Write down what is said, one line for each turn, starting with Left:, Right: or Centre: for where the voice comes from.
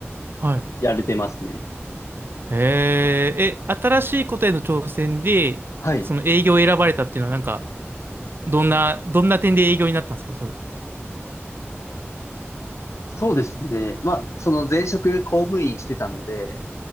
Right: はい。
Left: やれてますね。
Right: へえ、え、新しいことへの挑戦で、
Left: はい。
Right: その営業を選ばれたっていうのはなんか、どんな、どんな点で営業になったんですかそう。
Left: そうですね。まあ、その前職公務員してたので、